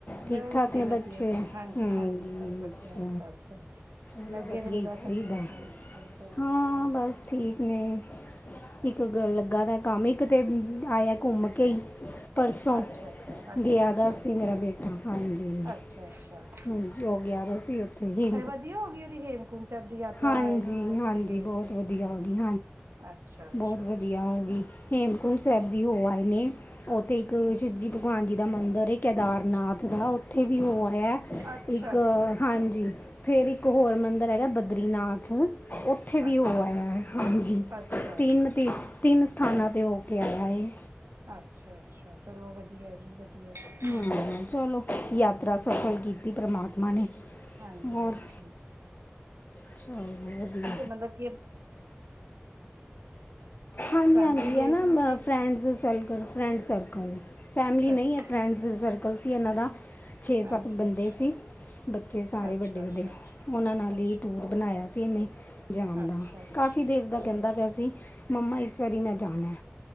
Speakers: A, on the left; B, on the right.
A: ਠੀਕ-ਠਾਕ
B: ਬਸ ਜੀ
A: ਨਹੀਂ
B: ਵਧੀਆ
A: ਬੱਚੇ
B: ਜੀ ਹਾਂਜੀ-ਹਾਂਜੀ
A: ਹ
B: ਸਭ ਵਧੀਆ <unintelligible>
A: ਵਧੀਆ
B: ਦੇ ਨੇ
A: ਹੀ ਚਾਹੀਦਾ,
B: ਬਸ ਆਪਣੇ ਆਪਣੇ ਹਰ ਕੋਈ
A: ਹਾਂ
B: ਕੰਮ
A: ਬਸ
B: ਕਰ
A: ਠੀਕ ਨੇ ਇੱਕ
B: ਹੂੰ
A: ਲੱਗਾ ਦਾ ਕੰਮ ਇੱਕ ਤੇ ਆਇਆ ਘੁੰਮ ਕੇ ਹੀ ਪਰਸੋਂ
B: ਅੱਛਾ ਅੱਛਾ ਅੱਛਾ
A: ਗਿਆ
B: ਅੱਛਾ
A: ਦਾ ਸੀ ਮੇਰਾ ਬੇਟਾ ਹਾਂਜੀ
B: ਅੱਛਾ ਅੱਛਾ
A: ਹਾਂਜੀ ਉਹ ਗਯਾ ਸੀ ਉਥੇ ਹੀ
B: ਇਹ ਵਧੀਆ ਹੋ ਗਈ ਉਹਦੀ ਹੇਮਕੁੰਟ ਸਾਹਿਬ ਦੀ ਯਾਤਰਾ
A: ਹਾਂਜੀ
B: ਆਈ ਥਿੰਕ ਉਥੇ
A: ਹਾਂਜੀ
B: ਗਏ
A: ਬਹੁਤ
B: ਸੀ
A: ਵਧੀਆ ਹੋ ਗਈ
B: ਅਛਾ- ਅਛਾ।
A: ਬਹੁਤ ਵਧੀਆ ਹਾਂਜੀ ਹੇਮਕੁੰਟ ਸਾਹਿਬ ਵੀ ਹੋ ਆਏ ਨੇ ਉਥੇ ਇਕ
B: ਅੱਛਾ
A: ਸ਼ਿਵਜੀ ਭਗਵਾਨ ਜੀ ਦਾ ਮੰਦਿਰ ਏ ਕੇੈਦਾਰਨਾਥ <unintelligible> ਉਥੇ ਵੀ ਹੋ ਆਯਾ।
B: ਅੱਛਾ ਅੱਛਾ
A: ਇਕ ਹਾਂਜੀ ਫੇਰ ਇਕ ਹੋਰ ਮੰਦਰ ਹੈਗਾ ਬਦਰੀਨਾਥ ਉਥੇ ਵੀ
B: ਅੱਛਾ
A: ਹੋ ਆਯਾ ਹਾਂਜੀ
B: ਅੱਛਾ ਅੱਛਾ
A: ਤਿਮਤੀ ਤਿਨ ਸਥਾਨਾਂ 'ਤੇ ਹੋ ਕੇ ਆਇਆ ਏ
B: ਅਛਾ- ਅਛਾ ਚਲੋ ਵਧੀਆ ਜੀ ਵਧੀਆ ਜਾਣਾ
A: ਹਾਂ
B: ਚਾਹੀਦਾ।
A: ਚਲੋ ਯਾਤਰਾ ਸਫਲ ਕੀਤੀ ਪਰਮਾਤਮਾ ਨੇ
B: ਹਾਂਜੀ-
A: ਹੋਰ
B: ਹਾਂਜੀ
A: ਚਲੋ
B: ਅਛਾ
A: ਵਧੀਆ
B: ਤੇ ਮਤਲਬ <unintelligible>
A: ਹਾਂਜੀ-
B: ਫੈਮਲੀ
A: ਹਾਂਜੀ
B: ਗਏ
A: ਹੈਨਾ
B: ਸੀ ਤੁਸੀਂ
A: friends circle friend circle family ਨਹੀ
B: ਅੱਛਾ
A: ਹੈ। ਫਰੈਂਡਸ ਸਰਕਲ ਸੀ ਇਹਨਾਂ ਦਾ ਛੇ ਸੱਤ
B: ਅੱਛਾ
A: ਬੰਦੇ
B: ਅੱਛਾ
A: ਸੀ ਬੱਚੇ ਸਾਰੇ
B: ਅੱਛਾ
A: ਵਡੇ- ਵਡੇ
B: ਅੱਛਾ ਅੱਛਾ
A: ਉਹਨਾਂ ਨਾਲ
B: ਅੱਛਾ
A: ਹੀ ਟੂਰ ਬਣਾਇਆ ਸੀ ਇਹਨੇ ਜਾਣ
B: ਅੱਛਾ
A: ਦਾ
B: ਅੱਛਾ
A: ਕਾਫ਼ੀ ਦੇਰ ਦਾ ਕਹਿੰਦਾ
B: ਠੀਕ
A: ਪਿਆ ਸੀ ਮੰਮਾ ਇਸ ਵਾਰੀ ਮੈ ਜਾਣਾ